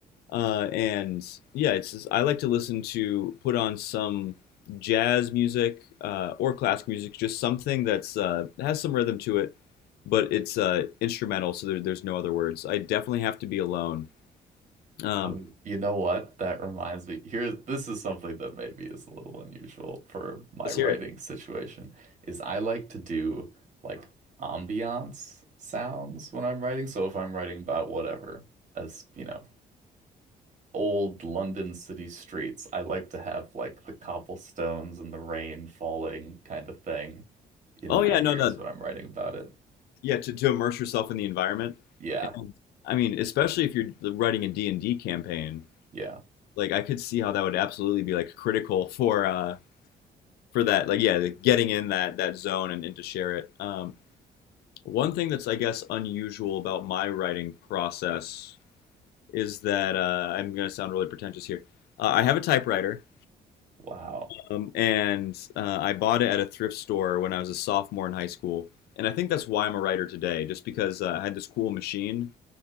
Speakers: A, on the left; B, on the right.
A: Uh, and yeah, it's just, I like to listen to put on some jazz music uh, or classic music, just something that's uh, has some rhythm to it, but it's uh, instrumental, so there, there's no other words. I definitely have to be alone. Um,
B: Um, you know what? That reminds me. Here, this is something that maybe is a little unusual for my
A: let's
B: writing
A: hear it.
B: situation, is I like to do like ambiance sounds when I'm writing. So if I'm writing about whatever, as you know, old London city streets, I like to have like the cobblestones and the rain falling kind of thing in
A: Oh
B: my
A: yeah,
B: ears
A: no, no,
B: when I'm writing about it.
A: yeah to, to immerse yourself in the environment
B: Yeah.
A: and i mean especially if you're writing a D and d campaign
B: Yeah.
A: like i could see how that would absolutely be like critical <laughs> for uh for that like yeah like, getting in that that zone and, and to share it um one thing that's i guess unusual about my writing process is that uh i'm going to sound really pretentious here uh, i have a typewriter
B: Wow.
A: um, and uh, i bought it at a thrift store when i was a sophomore in high school and i think that's why i'm a writer today just because uh, i had this cool machine